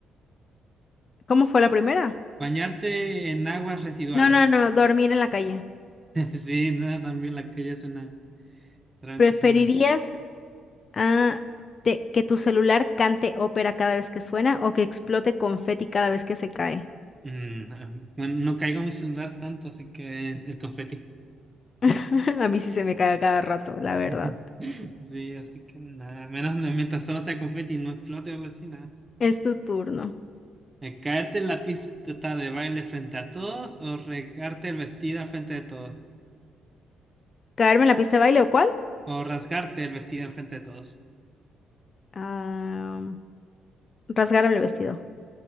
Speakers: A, on the left; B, on the right.
A: ¿Cómo fue la primera?
B: Bañarte en aguas residuales.
A: No, no, no, dormir en la calle.
B: <laughs> Sí, nada, dormir en la calle suena, realmente
A: ¿Preferirías
B: suena.
A: ah, te- que tu celular cante ópera cada vez que suena o que explote confeti cada vez que se cae?
B: Mm, bueno, no caigo en mi celular tanto, así que el confeti.
A: <laughs> A mí sí se me cae a cada rato, la
B: <laughs>
A: verdad.
B: Sí, así que nada, menos mientras solo sea confeti y no explote o algo así, nada
A: Es tu turno.
B: ¿De caerte en la pista de baile frente a todos o regarte el vestido al frente de todos?
A: ¿Caerme en la pista de baile o cuál?
B: O rasgarte el vestido en frente de todos.
A: Ah, rasgarme el vestido.